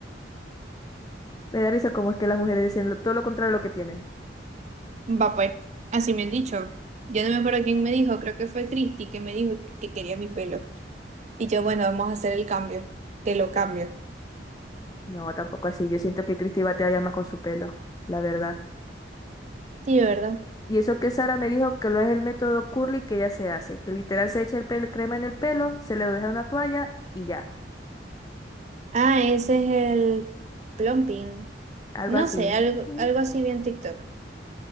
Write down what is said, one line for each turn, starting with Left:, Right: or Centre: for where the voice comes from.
Left: Me da risa como es que las mujeres dicen lo- todo lo contrario de lo que tienen.
Right: Va pues, así me han dicho. Yo no me acuerdo quién me dijo, creo que fue Cristi que me dijo que quería mi pelo. Y yo, bueno, vamos a hacer el cambio, te lo cambio.
Left: No, tampoco así. Yo siento que Christy batalla más con su pelo, la verdad.
Right: Sí, ¿verdad?
Left: Y eso que Sara me dijo que lo es el método curly que ella se hace, que literal se echa el pelo, crema en el pelo, se le deja una toalla y ya.
Right: Ah, ese es el plumping.
Left: Algo
Right: No
Left: así.
Right: sé, algo,
Left: Ujú.
Right: algo así bien TikTok.